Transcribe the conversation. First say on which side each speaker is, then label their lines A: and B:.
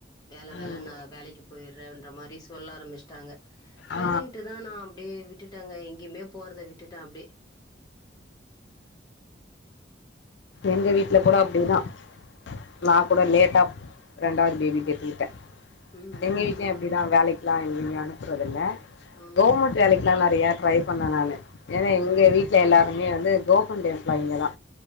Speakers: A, on the left; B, on the left.
A: வேலை வேலை
B: ம்
A: நா வேலைக்கு போயிடுறேன்ற மாரி சொல்ல ஆரம்பிச்சட்டாங்க சேரின்னுட்டுதா
B: ஆ
A: நா அப்டே விட்டுட்டேங்க எங்கேயுமே போறதை விட்டுட்டே அப்டே
B: எங்க வீட்டுல கூட அப்டிதா நா கூட லேட்டா ரெண்டாவது பேபி பெத்துகிட்டே
A: ம்
B: எங்க வீட்லயு
A: ம்
B: அப்படிதா வேலைக்கெல்லா எங்கயுமே அனுப்புறது இல்ல
A: ம்
B: கவுர்மெண்ட் வேலைக்கெலா நெறைய ட்ரை பண்ணே நானு ஏன்னா எங்க
A: ம்
B: வீட்டில
A: ம்
B: எல்லாருமே வந்து <unintelligible> எம்ப்ளாய்ங்க தா